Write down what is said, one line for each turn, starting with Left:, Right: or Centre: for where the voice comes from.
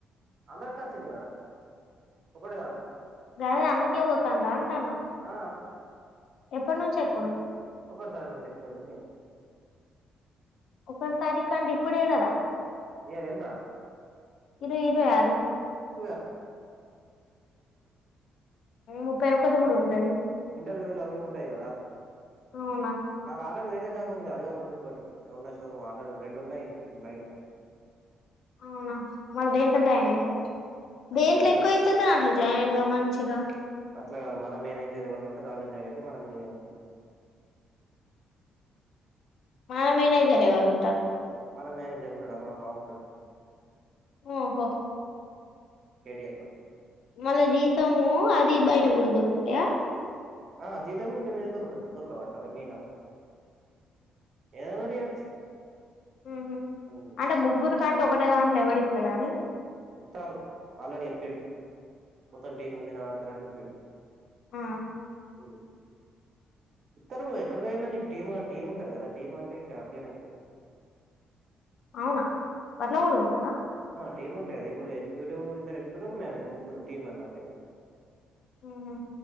Right: అందరికి వచ్చింది గదా ఒకటే దాంట్లో
Left: జాగ అందుకే పోతాండా అంటన్న
Right: ఆ
Left: ఎప్పటి నుంచి ఎక్కుడు
Right: ఒకటో తారీకు నుంచి ఎక్కుతా ఇంకేమి
Left: ఒక్కటో తారీఖంటే ఇప్పుడు కదా
Right: ఇవాళ ఎంత
Left: ఇరు ఇరు ఆరు
Right: <unintelligible>
Left: ముప్పై ఒకటి కూడా ఉంటది
Right: ఇంటర్వ్యూలు అవి ఉంటాయి కదా
Left: అవునా
Right: నాకు ఆల్రెడీ వేరే జాబ్ ఉంది అది జాబ్ పుతుంకోటి హోండా షోరూమ్ ఆల్రెడీ రెండు ఉన్నాయి ఇప్పుడు లైన్గా
Left: అవునా మరి దేంతో జాయినయి దేంట్లో
Right: కేటీఎం
Left: ఎక్కువ అయితే దాంట్లో జాయి న్ గా మంచిగా
Right: అట్లా కాదు మన మేనేజర్ ఎవరు ఉంటే దానిలో జాయిన్ అయితే మనకు మీదనకు
Left: మన మేనేజర్ ఎవరు ఉంటారు
Right: మన మేనేజర్ ఉండడా మా బాగుంటాడు
Left: ఓహో
Right: కేటీఎం
Left: మల జీతము అది బయ ట కూడా దొరుకుతయా
Right: ఆ జీతము <unintelligible> దుర్క పడతావా మీద ఏమని ఏడ్చ
Left: ఉహూ
Right: చేయొచ్చు
Left: అంటే ముగ్గురికంటే ఒకటే దాంట్లో ఎవడి ఇస్తాడ అని
Right: ఇత్తారు ఆల్రెడీ ఎప్పిడు మొత్తం టీం ముంది నాదగ్గరా అని చెప్పిండు
Left: ఉమ్
Right: ఉ ఇత్త రు ఎక్కడికైనా నీకు టీమ్ టీమ్ ఉంటంది కదా టీమ్ అంటే ఇంకా టీ అ ఇస్తారు
Left: అవునా అట్ల కూడ ఉంటాదా
Right: టీమ్ ఉంట కా ఇప్పుడు ఎగ్జిక్యూటివ్ ఇద్దరు ఎగ్జిక్యూటివ్ మేనేజర్ ముగ్గురు టీమ్ అన్న కదా
Left: ఉహూ